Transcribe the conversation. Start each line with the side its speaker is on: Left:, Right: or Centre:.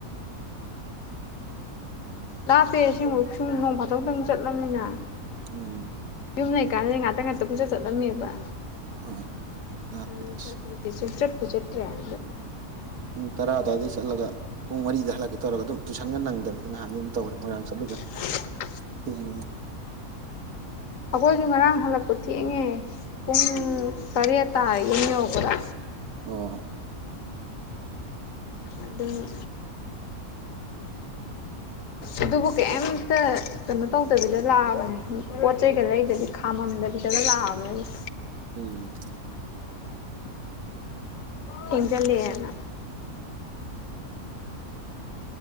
Left: ꯂꯥꯞꯄꯦ ꯑꯁꯦꯡꯕꯩ ꯁꯨꯝ ꯅꯣꯡ ꯐꯥꯗꯣꯛꯇꯪ ꯆꯠꯂꯝꯅꯤꯅ
Right: ꯎꯝ
Left: ꯌꯨꯝꯗꯩ ꯀꯅꯗ ꯉꯥꯛꯇ ꯉꯥꯛꯇ ꯄꯨꯨꯡꯆꯠ ꯆꯠꯂꯝꯃꯦꯕ
Right: ꯍꯣꯏ ꯂꯥꯞꯄꯦ
Left: ꯍꯧꯖꯤꯛꯇꯤ
Right: ꯑꯁ
Left: ꯁꯨꯡꯆꯠ ꯆꯠꯇ꯭ꯔꯦ <unintelligible>
Right: ꯄꯨꯡ ꯇꯔꯥ ꯑꯗꯨꯋꯥꯗꯩ ꯆꯠꯂꯒ ꯄꯨꯡ ꯃꯔꯤꯗ ꯍꯜꯂꯛꯀꯦ ꯇꯧꯔꯒ ꯑꯗꯨꯝ ꯇꯨꯏꯁꯟꯒ ꯅꯪꯗꯕꯤꯗ ꯅꯍꯥꯟꯗꯤ ꯑꯗꯨꯝ ꯇꯧꯔꯦ ꯃꯣꯏꯔꯥꯡ ꯆꯠꯂꯨꯗꯅ
Left: <inaudible>
Right: ꯊꯦꯡꯉꯦ
Left: ꯑꯩꯈꯣꯏꯁꯨ ꯉꯔꯥꯡ ꯍꯜꯂꯛꯄ ꯊꯦꯡꯉꯦ ꯄꯨꯡ ꯇꯔꯦꯠ ꯇꯥꯏ ꯌꯨꯝ ꯌꯧꯔꯛꯄꯗ
Right: ꯑꯣ
Left: ꯑꯗꯨꯅ ꯑꯗꯨꯕꯨ ꯀꯩꯝꯇ ꯀꯩꯅꯣ ꯇꯧꯗꯕꯤꯗ ꯂꯥꯛꯑꯕꯅꯦ ꯄꯣꯠ ꯆꯩꯩꯒ ꯂꯩꯗꯕꯤ ꯈꯥꯝ ꯥꯃꯝꯗꯕꯤꯗꯒ ꯂꯥꯛꯑꯝꯅꯦ ꯑꯗꯨꯝ
Right: ꯎꯝ
Left: ꯊꯦꯡꯖꯤꯜꯂꯛꯑꯦꯅ